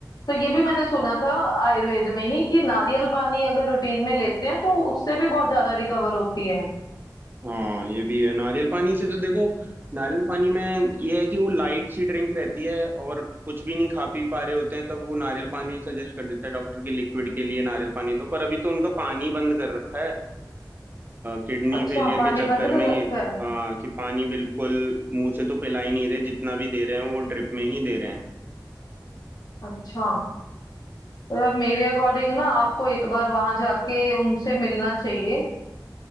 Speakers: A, on the left; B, on the right.
A: तो ये भी मैंने सुना था आयुर्वेद में ही कि नारियल पानी अगर रूटीन में लेते हैं तो उससे भी बहुत ज्यादा रिकवर होती है
B: हाँ ये भी है नारियल पानी से तो देखो नारियल पानी में ये है कि वो लाइट सी ड्रिंक रहती है और कुछ भी नहीं खा पी पा रहे होते हैं तब वो नारियल पानी सजेस्ट कर देता है डॉक्टर की लिक्विड के लिए नारियल पानी तो पर अभी तो उनका पानी बंद कर रखा है किडनी
A: अच्छा
B: फेलियर
A: पानी
B: के चक्कर
A: बंद कर
B: में ये
A: रखा है
B: हाँ कि पानी बिल्कुल मुंह से तो पिला ही नहीं रहे जितना भी दे रहे हैं वो ड्रिप में ही दे रहे हैं
A: अच्छा तो यार मेरे अकॉर्डिंग ना आपको एक बार वहां जाके उनसे मिलना चाहिए